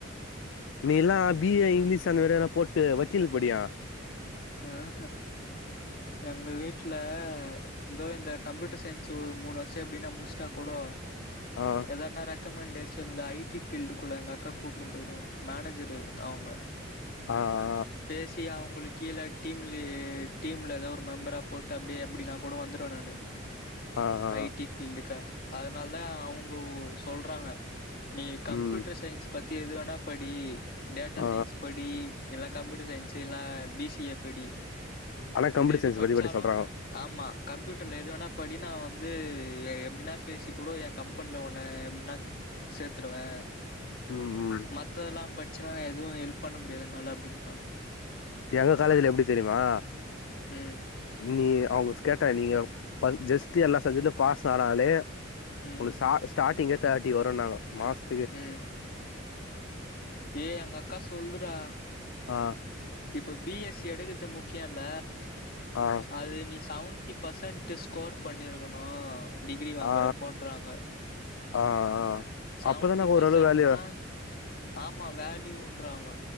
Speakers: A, on the left; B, on the left.
A: நீ எல்லா பி ஏ இங்கிலீஷ் அந்த மாதிரி எதுனா போட்டு வக்கீலுக்கு படியே
B: ஆ ஹிம் எங்க வீட்ல இதோ இந்த கம்ப்யூட்டர் சயின்ஸ் ஒரு மூணு வருஷொ எப்படின்னா முடிச்சிட்டா கூட ஆ
A: ஆ
B: எதன்னா ரெக்கமெண்டேஷன்ல ஐ டி ஃபீல்டுக்குள்ள எங்க அக்கா கூட்னு போய்டு மேனேஜரு அவுங்க அ
A: ஆ
B: பேசி அவுங்களுக் கீழ டீம்ல டீம்ல எதாவது ஒரு மெம்பரா போட்டு அப்டியே அப்டி நா கூட வந்துருவே நானு
A: ஆ ஆ ஆ
B: ஐ டி ஃபீல்டுக்க அதனால தா அவுங்க சொல்றாங்க நீ கம்ப்யூட்டர்
A: ம்
B: சயின்ஸ் பத்தி எது வேணா படி டேட்டா
A: ஆ
B: சயின்ஸ் படி இல்ல கம்ப்யூட்டர் சயின்ஸ் இல்ல பிசிஏ படி
A: ஆனா கம்ப்யூட்டர்
B: இது எது
A: சயின்ஸ்
B: பச்சாலு
A: பத்தி படி சொல்றாங்க
B: ஆமா கம்ப்யூட்ருல எது வேணா படி நா வந்து எப்டினா பேசிக் கூடோ என் கம்பன்ல ஒன்ன எப்புன்னா சேத்துருவே
A: ம் ம்
B: மத்ததுலா பச்சாலா எதுவு ஹெல்ப் பண்ண முடியாது என்னால அப்டின்ட்டாங்
A: எங்க காலேஜ்ல எப்டி தெரிமா
B: ம்
A: நீ அவங்க ஸ் கேட்ட நீங்க ப ஜஸ்ட்டு எல்லா சப்ஜெக்ட்லியு பாஸ் ஆனாலே
B: ம்
A: உனக் சா ஸ்டாட்டிங்கே தேட்டி வருனாங்க மாஸ்
B: ம் ஏ எங்க அக்கா சொல்துறா
A: ஆ
B: இப்ப பிஎஸ்சி எடுக்கர்து முக்கியல்ல
A: ஆ
B: அது நீ சவுண் ன்ட்டி பர்சன்ட்டு ஸ்கோர் பண்ணிருக்கணு டிகிரி வாங்குறப்போ
A: ஆ
B: இன்றாங்க
A: ஆ ஆ
B: சவன்டி
A: அப்பதான
B: பர்சன்ட்னா
A: ஓரளவு வேல்யூ
B: ஆமா வேல்யூன்றாங்க